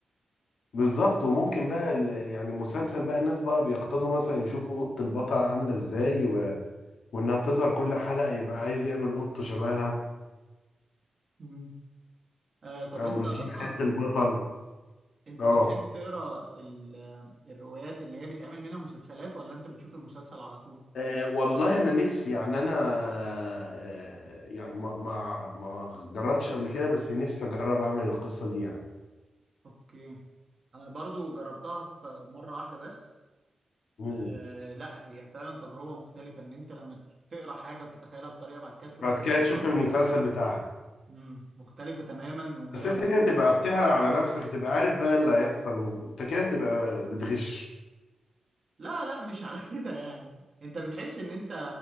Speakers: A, on the left; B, on the right.
A: بالظبط وممكن بقى ال- يعني مسلسل بقى الناس بقى بيقتضوا مثلا يشوفوا قط البطل عاملة ازاي و... وانها بتظهر كل حلقة يبقى عايز يعمل قطه شبهها
B: مم. آه طب
A: او
B: انت
A: روتين
B: اصلا
A: حياة البطل
B: انت
A: اه
B: بتحب تقرا ال- الروايات اللي هي بيتعمل منها مسلسلات ولا انت بتشوف المسلسل على طول
A: آه، والله انا نفسي يعني انا آه، يعني ما ما ما جربتش قبل كده بس نفسي اجرب اعمل القصة دي يعني
B: اوكي انا برضو جربتها في مرة واحدة بس
A: مم.
B: آه لا هي فعلا تجربة مختلفة ان انت لما تقرا حاجة وتتخيلها بطريقة بعد كده تشوفها
A: بعد
B: بطريقة
A: كده تشوف المسلسل بتاعها
B: امم مختلفة تماما وليها
A: بس انت
B: طبع
A: كده تبقى
B: مختلف
A: بتحرق على نفسك تبقى عارف بقى اللي هيحصل وانت كده تبقى بتغش
B: لا لا مش على <laughs> كده يعني انت بتحس ان انت